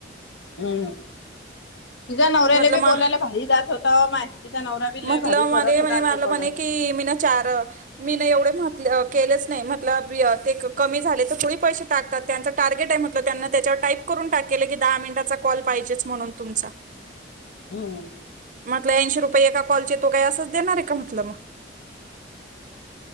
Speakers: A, on the left; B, on the right.
A: हम्म. तिचा नव्याला
B: म्हटलं
A: बी
B: मा
A: बोलायला भारी जात होत. माय तिचा नवऱ्या बी
B: म्हटलं
A: भारी
B: मले
A: भरत होता
B: म्हणे
A: आणि
B: मला
A: ते बोल
B: म्हणे की मी ना चार मी न एवढे म्हटलं केलच नाही म्हटलं कमी झाले, तर थोडी पैसे टाकतात त्यांच टार्गेट आहे म्हटलं त्या त्याच्यावर टाईप करून टाक केलं की दहा मिनिटाचा कॉल पाहिजेच म्हणून तुमचा.
A: हम्म.
B: म्हटलं ऐंशी रुपये एका कॉलचे तो काय असंच देणार आहे का म्हटलं मग. <inaudible>